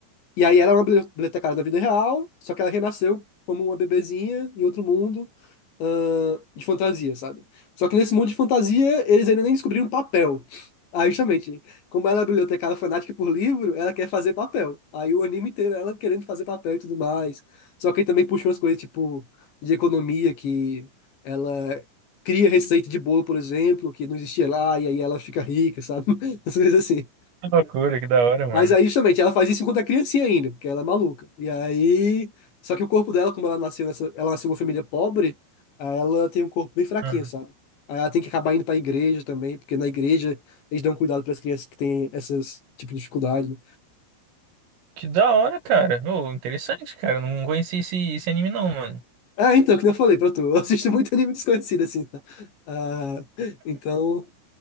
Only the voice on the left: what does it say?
E aí ela é uma bibli- bibliotecária da vida real, só que ela renasceu como uma bebezinha em outro mundo, ãh, de fantasia, sabe? Só que nesse mundo de fantasia, eles ainda nem descobriram papel. Aí, justamente, como ela é bibliotecária fanática por livro, ela quer fazer papel. Aí o anime inteiro é ela querendo fazer papel e tudo mais. Só que aí também puxa umas coisas, tipo, de economia, que ela cria receita de bolo, por exemplo, que não existia lá, e aí ela fica rica, sabe? <laughs> Essas coisas assim.
Mas aí, justamente, ela faz isso enquanto é criancinha ainda, porque ela é maluca. E aí. Só que o corpo dela, como ela nasceu nessa, ela nasceu numa família pobre, aí ela tem um corpo bem fraquinho,
sabe? Aí ela tem que acabar indo pra igreja também, porque na igreja eles dão cuidado para as crianças que têm esses tipo de dificuldade, né?
Ah, então, que nem eu falei pra tu, <laughs> eu assisto muito anime desconhecido, assim. tá? Ah, então.